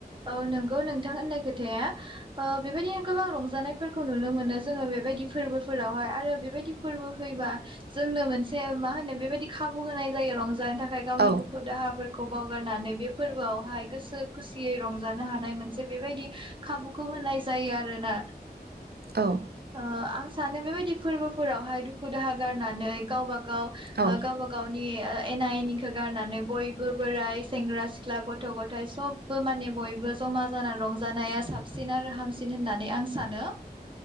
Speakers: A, on the right; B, on the right.
A: औ नंगौ नोंथां होन्नाय खोथाया ओ बेबायदिनो गोबां रंजानायफोरखौ नुनो मोनो जोङो बेबायदि फोर्बोफोरावहाय आरो बेबायदि फोर्बो फैबा जोंनो मोनसे मा होनो बेबायदि खाबु होनाय जायो रंजा जानो थाखाय गावनि
B: औ
A: दुखु दाहाफोरखौ खौ बावगारनानै बे फोर्बोआवहाय गोसो खुसि खुसियै रंजानो हानाय मोनसे बेबायदि खाबुखौ होनाय जायो आरोना।
B: औ
A: ओ आं सानो बेबायदि फोर्बोफोरावहाय दुखु दाहा गारनानै गावबा गाव
B: औ
A: गाव गावबा गावनि ओ एना एनिखौ गारनानै बयबो बोराय, सेंग्रा सिख्ला, गथ' गथाय सब बो माने बयबो जमा जानानै रंजानाया साबसिन आरो हामसिन होन्नानै आं सानो।